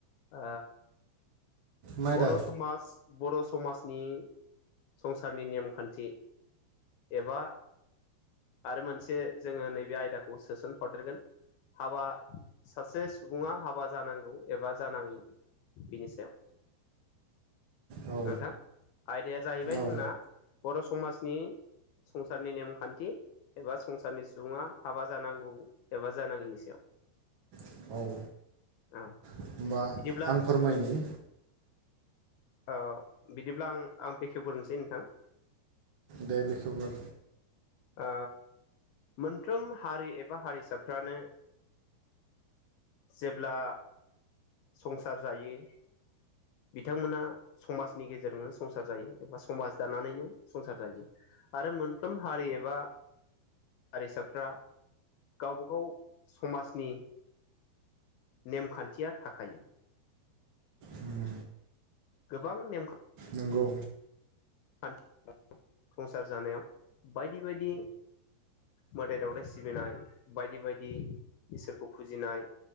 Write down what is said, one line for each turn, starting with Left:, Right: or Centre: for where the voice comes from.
Left: आ
Right: माइदा
Left: बर' समाज बर' समाजनि संसारनि नेमखान्थि एबा आरो मोनसे जोङो नैबे आयदाखौ सोसन हरदेरगोन। हाबा सासे सुबुङा हाबा जानांगौ एबा जानाङि बिनि सायाव
Right: औ
Left: नोंथां आयदाया जाहैबाय
Right: औ
Left: जोंना बर' समाजनि संसारनि नेमखान्थि एबा संसारनि सुबुङा हाबा जानांगौ एबा जानाङिनि सायाव
Right: औ
Left: औ
Right: होमबा
Left: बिदिब्ला
Right: आं फोरमायनि
Left: औ बिदिब्ला आं आं बेखेवग्रोनोसै नोंथां।
Right: दे बेखेवगोर
Left: ओ मोनफ्रोम हारि एबा हारिसाफ्रानो जेब्ला संसार जायो बिथांमोना समाजनि गेजेरजोंनो संसार जायो एबा समाज दानानैनो संसार जायो आरो मोनफ्रोम हारि एबा हारिसाफ्रा गावबा गाव समाजनि नेमखान्थिया थाखायो
Right: उम
Left: गोबां नेम
Right: नोंगौ
Left: खान्थि <inaudible> संसार जानायाव बायदि बायदि मोदाय दावदाय सिबिनाय बायदि बायदि इसोरखौ फुजिनाय